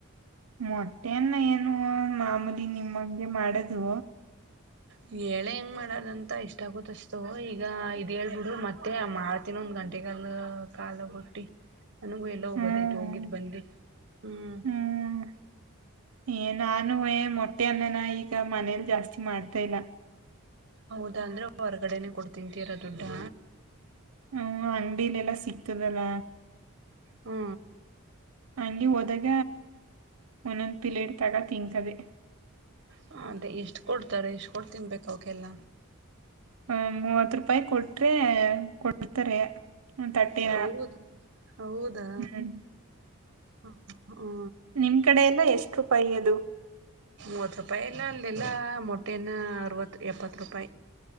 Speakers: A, on the right; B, on the right.
A: ಮೊಟ್ಟೆನ್ನ ಏನು ಮಾಮೂಲಿ ನಿಮ್ಮಂಗೆ ಮಾಡದು
B: ಹೇಳೆ ಹೆಂಗ್ ಮಾಡದಂತ ಇಷ್ಟ ಆಕತ್ಷ್ಟತು ಈಗ ಇದ್ ಹೇಳ್ಬಿಡು ಮತ್ತೆ ಮಾಡ್ತನಂ ಗಂಟಿ ಕಲ್ ಕಾಲ ಬೂಟ್ಟಿ ನನಗೂ ಎಲ್ಲ ಹೋಗದೈತ
A: ಹ್ಮ್
B: ಹೋಗಿದ್ ಬಂದಿ ಹ್ಮ್
A: ಹ್ಮ್ ಏ ನಾನು ಮೊಟ್ಟೆ ಅನ್ನನ ಈಗ ಮನೇಲ್ ಜಾಸ್ತಿ ಮಾಡ್ತಾ ಇಲ್ಲ.
B: ಹೌದಾ ಅಂದ್ರೆ ಹೊರ್ಗಡೆನೆೇ ಕೊಡ್ತಿಂತೀರ ದುಡ್ಡಾ
A: ಹ್ಮ ಅಂಗಡಿಲಿ ಎಲ್ಲಾ ಸಿಗ್ತದಲ್ಲ.
B: ಹ್ಮ
A: ಹಂಗೆ ಹೋದಾಗ ಒಂದೊಂದ್ ಪಿಲೇಡ್ ತಗ ತಿಂತವೇ
B: ಹ ಅದೇ ಎಷ್ಟ್ ಕೊಡ್ತಾರೆ ಎಷ್ಟ್ ಕೊಡ್ ತಿನ್ಬೇಕ ಅವಕೆಲ್ಲ
A: ಹ ಮೂವತ್ ರೂಪಾಯಿ ಕೊಟ್ರೆ ಕೊಡ್ತಾರೆ. ಒಂದ್ ತಟ್ಟೆನ
B: ಹೌದಾ ಹೌದಾ
A: ಹ್ಮ್
B: ಹ್ಮ
A: ನಿನ್ ಕಡೆ ಎಲ್ಲ ಎಷ್ಟು ರೂಪಾಯಿ ಅದು
B: ಮೂವತ್ ರೂಪಾಯಿ ಎಲ್ಲ ಅಲ್ಲದೆಲ್ಲ ಮೊಟ್ಟೆನ ಅರವತ್ತು ಎಪ್ಪತ್ತು ರೂಪಾಯಿ